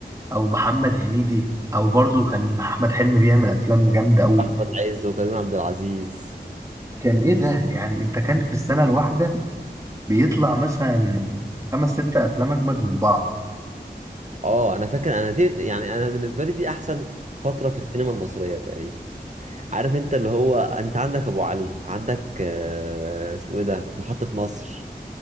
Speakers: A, on the right; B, on the right.
A: او محمد هنيدي او برضو كان احمد حلمي بيعمل افلام جامده قوي
B: احمد عز وكريم عبد العزيز
A: كان ايه ده يعني انت كان في السنه الواحده بيطلع مثلا خمس ست افلام اجمد من بعض
B: اه انا فاكر انا دي يعني انا بالنسبه لي دي احسن فتره في السينما المصريه تقريبا عارف انت اللي هو انت عندك ابو علي عندك آه، اسمه ايه ده محطه مصر